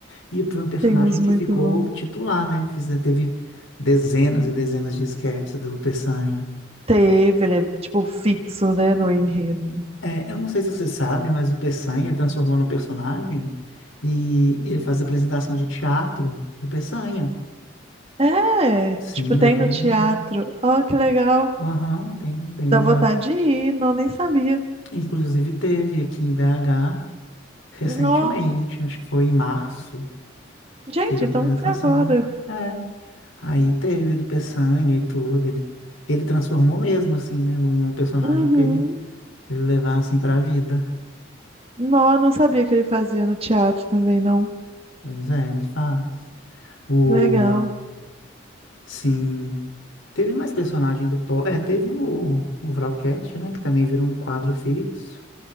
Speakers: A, on the left; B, on the right.
A: E foi um personagem
B: tem uns
A: que
B: muito
A: ficou
B: bons.
A: titular, né? Fiz- Teve dezenas e dezenas de esquetes do Peçanha.
B: Teve, ele é tipo fixo, né, no enredo.
A: É, eu não sei se você sabe, mas o Peçanha ele transformou num personagem e ele faz apresentação de teatro do Peçanha.
B: É,
A: Sim,
B: tipo, tem
A: ele apresenta.
B: no teatro. Ó, que legal.
A: Aham, tem, tem
B: Dá
A: uma.
B: vontade de ir, não, nem sabia.
A: Inclusive teve aqui em BH recentemente,
B: Nó,
A: acho que foi em março,
B: gente,
A: teve apresentação.
B: então foi agora.
A: É. Aí teve do Peçanha e tudo. Ele, ele transformou mesmo, assim, né, num, num personagem
B: Uhum.
A: pra ele, pra ele levar, assim, pra vida.
B: Nó, não sabia que ele fazia no teatro também, não.
A: Pois é, ele faz. O.
B: Que legal.
A: Sim. Teve mais personagem do Po. É, teve o, o Vralcast, né? Que também virou um quadro fixo.